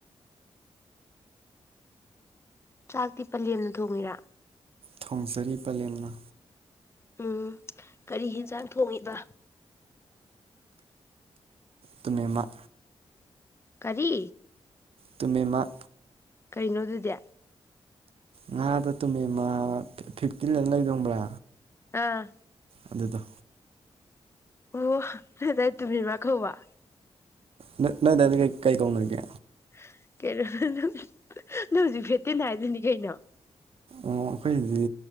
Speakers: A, on the left (about 25°); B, on the right (about 60°).
A: ꯆꯥꯛꯇꯤ ꯄꯂꯦꯝꯅ ꯊꯣꯡꯉꯤꯔꯥ
B: ꯊꯣꯡꯖꯔꯤ ꯄꯂꯦꯝꯅ
A: ꯎꯝ ꯀꯔꯤ ꯌꯦꯟꯁꯥꯡ ꯊꯣꯡꯉꯤꯕ
B: ꯇꯨꯅꯦꯃꯥ
A: ꯀꯔꯤ
B: ꯇꯨꯃꯦꯃ
A: ꯀꯩꯅꯣ ꯑꯗꯨꯗꯤ
B: ꯉꯥꯗꯣ ꯇꯨꯝꯃꯦꯃ ꯐꯤꯐꯇꯤꯟꯅ ꯂꯩꯗꯣ ꯈꯪꯕ꯭ꯔꯥ
A: ꯑꯥ
B: ꯑꯗꯨꯗꯣ
A: ꯑꯣ ꯅꯣꯏ ꯑꯗꯥꯏ ꯇꯨꯃꯦꯃꯥ ꯀꯧꯕ꯭ꯔꯥ
B: ꯅꯣꯏ ꯑꯗꯥꯏ ꯅꯣꯏ ꯑꯗꯥꯏꯗꯤ ꯀꯩ ꯀꯩ ꯀꯧꯅꯒꯦ
A: <unintelligible>
B: ꯑꯣ ꯑꯩꯈꯣꯏꯗꯗꯤ